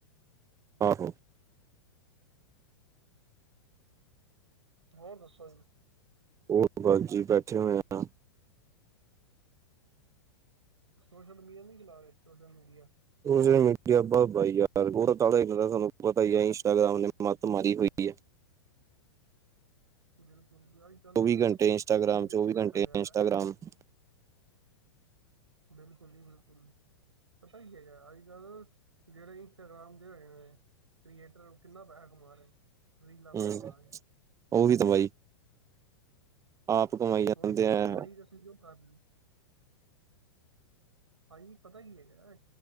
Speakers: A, on the right; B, on the right.
A: ਆਹੋ!
B: ਹੋਰ ਦੱਸੋ ਜੀ?
A: ਉਹ ਬਸ ਜੀ ਬੈਠੇ ਹੋਏ ਆ।
B: ਸੋਸ਼ਲ ਮੀਡੀਆ ਨਹੀਂ ਚਲਾ ਰਹੇ ਸੋਸ਼ਲ ਮੀਡੀਆ।
A: ਸੋ ਮੀਡੀਆ ਬ ਯਾਰ ਤੁਹਾਨੂੰ ਪਤਾ ਇੰਸਟਾਗ੍ਰਾਮ ਨੇ ਮੱਤ ਮਾਰੀ ਹੋਈ ਹੈ।
B: ਬਿਲਕੁਲ ਜੀ ਅੱਜ ਕੱਲ੍ਹ
A: ਚੌਵੀ
B: ਦੇ ਵੇਖੋ
A: ਘੰਟੇ ਇੰਸਟਾਗ੍ਰਾਮ
B: ਸੋਸ਼ਲ ਮੀਡੀਆ
A: ਚੌਵੀ
B: ਕਿੰਨਾ
A: ਘੰਟੇ
B: ਫੈਲਿਆ ਵ।
A: <unintelligible>
B: ਬਿਲਕੁਲ ਜੀ ਬਿਲਕੁਲ। ਪਤਾ ਹੀ ਹੈਗਾ। ਅੱਜ ਕੱਲ ਜਿਹੜੇ ਇੰਸਟਾਗ੍ਰਾਮ ਦੇ ਹੋਏ ਨੇ ਕ੍ਰੀਏਟਰ ਨੂੰ ਕਿੰਨਾ ਪੈਸਾ ਕਮਾ ਰਹੇ ਰੀਲਾਂ ਬਣਾ
A: ਹ, ਮ
B: ਬਣਾ ਕੇ
A: ਉਹੀ ਤਾਂ ਬਾਈ, ਆਪ ਕਮਾਈ ਜਾਂਦੇ
B: ਕੋਈ ਤੇ
A: ਆ
B: ਕਮਾਈ ਤੇ ਅਸੀ ਕਰਹੇ ਹਾਂਜੀ, ਪਤਾ ਕੀ ਹੈਗਾ।